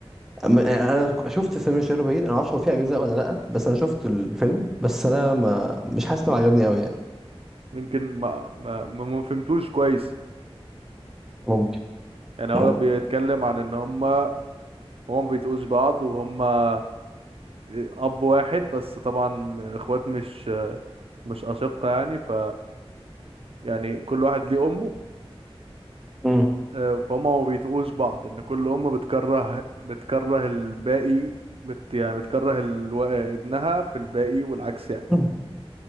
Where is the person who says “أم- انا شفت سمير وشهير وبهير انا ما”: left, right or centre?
Centre